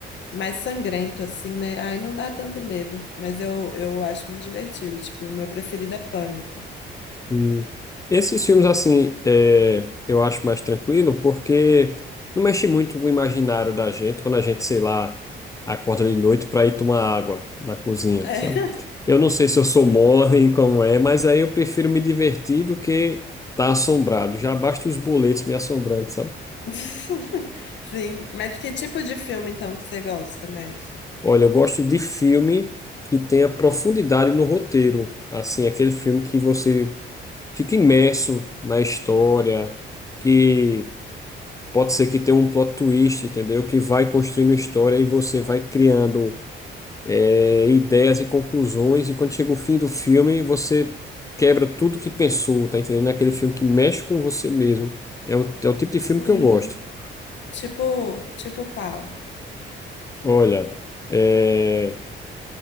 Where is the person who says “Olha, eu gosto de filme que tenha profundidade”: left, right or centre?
Left